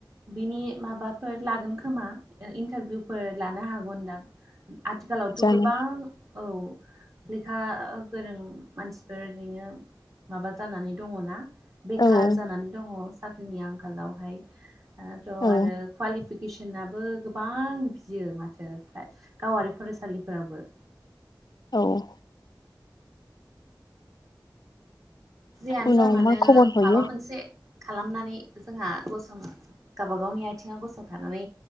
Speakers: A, on the right; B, on the left.
A: बिनि माबाफोर लागोन खोमा इन्टारभिउफोर लानो हागन दां। आथिखालावथ'
B: जानो
A: गोबां औ लेखा गोरों मानसिफोर ओरैनो माबा जानानै दङ ना? बेखार
B: औ
A: जानानै दङ साख्रिनि आंखालावहाय दानाथ'
B: औ
A: आरो कुवालिफिकेसनाबो गोबां बियो माथो फ्राय गावारि फरायसालिफोरावबो।
B: औ
A: जियानो
B: उनाव
A: जा मानो
B: मा खबर हयो
A: माबा मोनसे खालामनानै जोंहा गसङो। गावबा गावनि आइथिङाव गसंथानानै